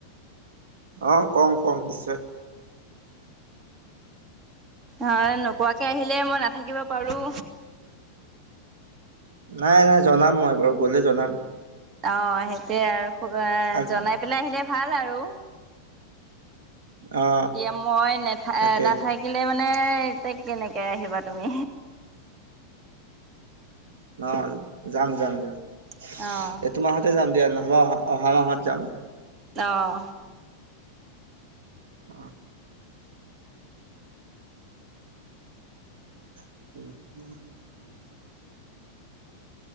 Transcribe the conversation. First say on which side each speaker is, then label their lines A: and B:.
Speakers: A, on the right (about 60°); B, on the right (about 30°).
A: অ কম কম নিশ্চয়
B: অ নোকোৱাকে আহিলে মই নাথাকিব পাৰো
A: নাই নাই জনাম মই বাৰু গলে জনাম
B: অ সেইটোয়ে আৰু
A: আগ
B: জনাই পেলাই আহিলে ভাল আৰু
A: অ অ
B: এতিয়া মই নেথা
A: তাকে
B: নাথাকিলে মানে মানে এতিয়া কেনেকে আহিবা তুমি
A: ন যাম যাম যাম
B: সেইটোৱেটো
A: এই তোমাহতে যাম দিয়া নহব অহা অহা মাহত যাম
B: অহ
A: অহ উম